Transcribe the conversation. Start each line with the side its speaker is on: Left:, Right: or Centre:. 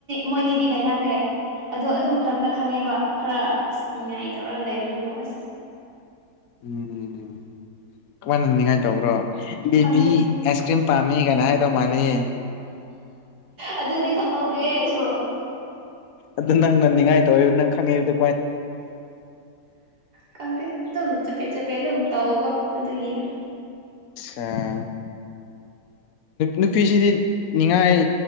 Right: ꯃꯣꯏꯅꯤꯗꯤ ꯀꯥꯏꯅꯈ꯭ꯔꯦ ꯑꯗꯣ ꯑꯗꯨ ꯃꯇꯝꯗ ꯈꯪꯉꯦꯕ ꯈꯔ ꯑꯁ ꯅꯤꯡꯉꯥꯏ ꯇꯧꯔ ꯂꯩꯕꯗꯨꯕꯨ ꯑꯁ
Left: ꯎꯝ ꯀꯃꯥꯏꯅ ꯍꯅꯤꯡꯉꯥꯏ ꯇꯧꯕ꯭ꯔꯣ ꯕꯦꯕꯤ
Right: ꯈꯪꯗꯦ
Left: ꯑꯥꯏꯁ ꯀ꯭ꯔꯤꯝ ꯄꯥꯝꯃꯤ ꯀꯅ ꯍꯥꯏꯗꯧ ꯃꯥꯜꯂꯤ
Right: ꯑꯗꯨꯗꯤ ꯈꯪꯍꯧꯗ꯭ꯔꯦ ꯑꯩꯁꯨ
Left: ꯑꯗꯨ ꯅꯪꯅ ꯅꯤꯡꯉꯥꯏ ꯇꯧꯕ ꯅꯪ ꯈꯪꯉꯛꯏꯕꯗꯨ
Right: ꯈꯪꯗꯦ ꯑꯗꯨꯝ ꯆꯞꯄꯦꯠ ꯆꯠꯄꯦꯠ ꯑꯗꯨꯝ ꯇꯧꯒ ꯑꯗꯨꯒꯤ
Left: ꯑ ꯅꯨꯄꯤꯁꯤꯗꯤ ꯅꯤꯡꯉꯥꯏ